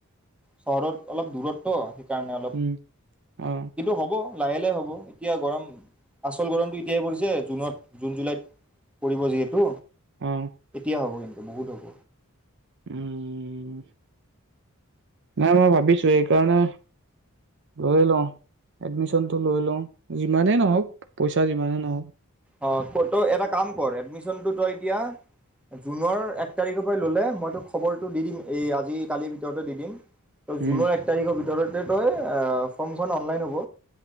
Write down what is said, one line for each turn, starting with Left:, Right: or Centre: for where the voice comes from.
Centre: চহৰত অলপ দূৰত ন'। কাৰণ অলপ
Right: উম অ
Centre: কিন্তু হ'ব। লাহে লাহে হ'ব এতিয়া গৰম আচল গৰমটো এতিয়াহে পৰিছে জুনত, জুন, জুলাইত। কৰিব যিহেতু
Right: অ
Centre: এতিয়া হ'ব কিন্তু। বহুত হ'ব।
Right: উম, নাই মই ভাবিছোৱে এইকাৰণে লৈ লওঁ এডমিচনটো লৈ লওঁ যিমানেই নহওঁক, পইচা যিমানে নহওঁক।
Centre: অ', তই এটা কাম কৰ এডমিশনটো তই এতিয়া জুনৰ এক তাৰিখৰ পৰাই ল'লে মই তোক খবৰটো দি দিম, এই আজি কালিৰ ভিতৰতে দি দিম। ত'
Right: উম
Centre: জুনৰ এক তাৰিখৰ ত'তে তই ফৰ্মখন অনলাইন হ'ব।